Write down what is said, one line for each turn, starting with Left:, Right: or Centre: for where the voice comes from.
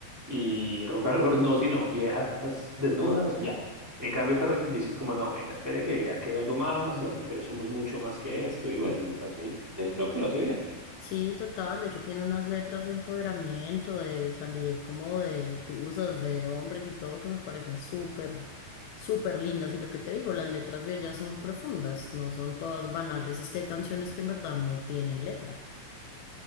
Centre: y rock and roll no, sino viejas desnudas y ya. En cambio, Karol G sí es como, no, venga, espere que aquí hay algo más, las mujeres somos mucho más que esto, y bueno, y lo transmite, eh, creo que lo hace bien.
Left: Sí, total. De hecho, tiene unas letras de empoderamiento, de salir como de tusas, de hombres y todo que me parecen súper, súper lindas. Y lo que te digo, las letras de ella son profundas, no son todas banales. Es que hay canciones que en verdad no tienen letra.